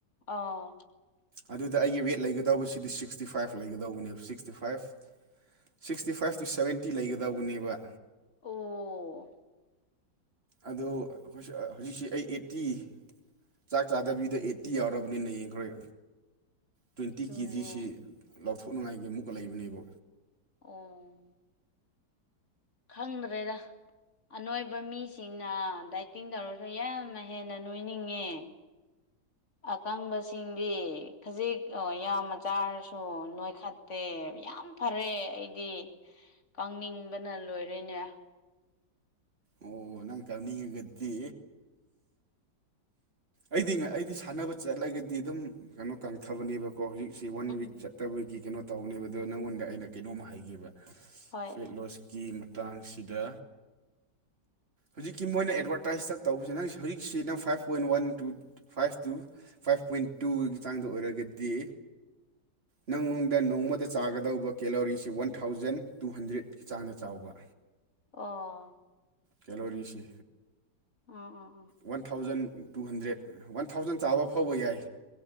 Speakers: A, on the left (about 40°); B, on the right (about 35°).
A: ꯑꯥ
B: ꯑꯗꯨꯗ ꯑꯩꯒꯤ ꯋꯦꯠ ꯂꯩꯒꯗꯧꯕꯁꯤꯗꯤ ꯁꯤꯛꯁꯇꯤ ꯐꯥꯏꯚ ꯂꯩꯒꯗꯧꯕꯅꯦꯕ sixty five sixty five two seventy ꯂꯩꯒꯗꯧꯕꯅꯦꯕ
A: ꯑꯣ
B: ꯑꯗꯣ ꯍꯧꯖꯤꯛꯁꯦ ꯑꯩ ꯑꯦꯠꯇꯤ ꯆꯥꯛ ꯆꯥꯗꯕꯤꯗ ꯑꯩꯠꯇꯤ ꯌꯥꯎꯔꯕꯅꯤꯅ ꯌꯦꯡꯈ꯭ꯔꯣ ꯇ꯭ꯋꯦꯟꯇꯤ
A: ꯑꯗꯨꯅꯦ
B: ꯀꯦ ꯖꯤꯁꯤ ꯂꯧꯊꯣꯛꯅꯉꯥꯏꯒꯤ ꯑꯃꯨꯛꯀ ꯂꯩꯕꯅꯦꯕ
A: ꯑꯣ ꯈꯪꯗ꯭ꯔꯦꯗ ꯑꯅꯣꯏꯕ ꯃꯤꯁꯤꯡꯅ ꯗꯥꯏꯇꯤꯡ ꯇꯧꯔꯁꯨ ꯌꯥꯝ ꯍꯦꯟꯅ ꯅꯣꯏꯅꯤꯡꯉꯦ ꯑꯀꯪꯕꯁꯤꯡꯗꯤ ꯈꯖꯤꯛ ꯌꯥꯝꯅ ꯆꯥꯔꯁꯨ ꯅꯣꯏꯈꯠ ꯇꯦ ꯌꯥꯝ ꯐꯔꯦ ꯑꯩꯗꯤ ꯀꯪꯅꯤꯡꯕꯅ ꯂꯣꯏꯔꯦꯅꯦ
B: ꯑꯣ ꯅꯪ ꯀꯪꯅꯤꯡꯉꯒꯗꯤ ꯑꯩꯗꯤ ꯑꯩꯗꯤ ꯁꯥꯟꯅꯕ ꯆꯠꯂꯒꯗꯤ ꯑꯗꯨꯝ ꯀꯩꯅꯣ ꯀꯪ ꯊꯕꯅꯦꯕꯀꯣ ꯍꯧꯖꯤꯛꯁꯦ ꯋꯥꯟ
A: ꯎꯝ
B: ꯋꯤꯛ ꯆꯠꯇꯕꯒꯤ ꯀꯩꯅꯣ ꯇꯧꯕꯅꯦꯕ ꯑꯗꯣ ꯅꯪꯉꯣꯟꯗ ꯑꯩꯅ ꯀꯩꯅꯣꯝꯃ ꯍꯥꯏꯒꯦꯕ
A: ꯍꯣꯏ
B: ꯐꯦꯠꯂꯣꯁꯀꯤ ꯃꯇꯥꯡꯁꯤꯗ ꯍꯧꯖꯤꯛꯀꯤ ꯃꯣꯏꯅ ꯑꯦꯗꯚꯔꯇꯥꯏꯁꯇ ꯇꯧꯕꯁꯤꯗ ꯅꯪ ꯍꯧꯖꯤꯛꯁꯤ ꯅꯪ five point one two five two five point ꯇꯨꯒꯤ ꯆꯥꯡꯗ ꯑꯣꯏꯔꯒꯗꯤ ꯅꯪꯉꯣꯟꯗ ꯅꯣꯡꯃꯗ ꯆꯥꯒꯗꯧꯕ ꯀꯦꯂꯣꯔꯤꯁꯤ ꯋꯥꯟ ꯊꯥꯎꯖꯟ ꯇꯨ ꯍꯟꯗ꯭ꯔꯦꯠ ꯆꯥꯡꯗ ꯆꯥꯎꯕ
A: ꯑꯣ
B: ꯀꯦꯂꯣꯔꯤꯁꯦ
A: ꯑꯣ ꯑꯣ
B: one thousand two hundred one thousand ꯆꯥꯕ ꯐꯥꯎꯕ ꯌꯥꯏ